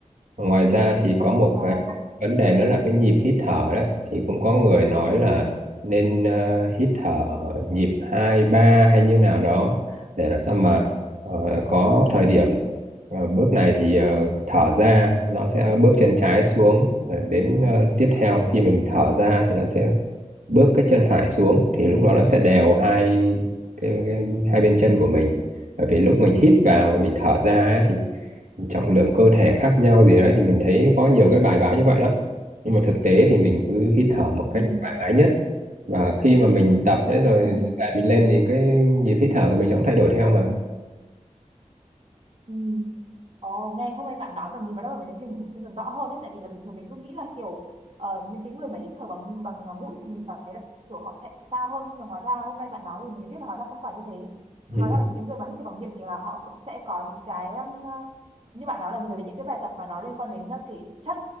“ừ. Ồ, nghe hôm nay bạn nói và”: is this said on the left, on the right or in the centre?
Right